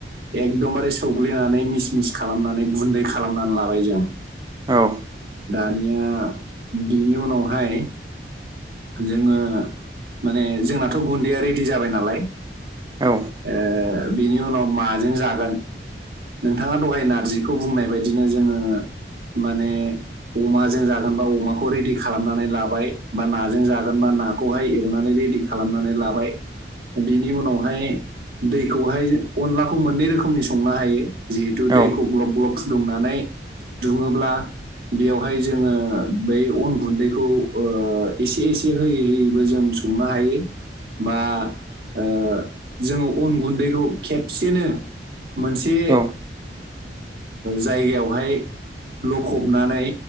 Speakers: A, on the right (about 55°); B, on the right (about 20°).
A: एकदमबारे सौग्लिनानै मिस मिस खालामनानै गुन्दै खालामनानै लाबाय जों
B: औ
A: दानिया बिनि उनावहाय जोङो माने जोंनाथ' गुन्दैया रेडि जाबाय नालाय
B: औ
A: ओ बिनि उनाव माजों जागोन? नोंथाङा दहाय नारजिखौ बुंनाय बायदिनो जोङो माने अमाजों जागोनबा अमाखौ रेडि खालामनानै लाबाय बा नाजों जागोनबा नाखौ खौहाय एवनानै रेडि खालामनानै लाबाय बिनि उनावहाय दैखौहाय अनलाखौ मोननै रोखोमनि संनो हायो जिहेतु
B: औ
A: दैखौ ग्लब ग्लब फुदुंनानै दुङोब्ला बेयावहाय जोङो बै अन गुन्दैखौ एसे एसे होयै होयैबो जों संनो हायो। बा ओ जोङो अन गुन्दैखौ खेबसेनो मोनसे
B: औ
A: जायगायावहाय लखबनानै